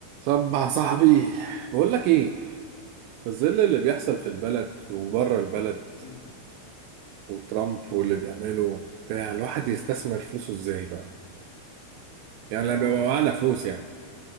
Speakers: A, on the right (about 85°); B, on the left (about 45°).
A: طب يا صاحبي بقول لك ايه في ظل اللي بيحصل في البلد وبره البلد
B: مم.
A: وترامب واللي بيعمله بتاع الواحد يستثمر
B: مم.
A: فلوسه ازاي بقى يعني
B: اه
A: لما بيبقى معانا فلوس يعني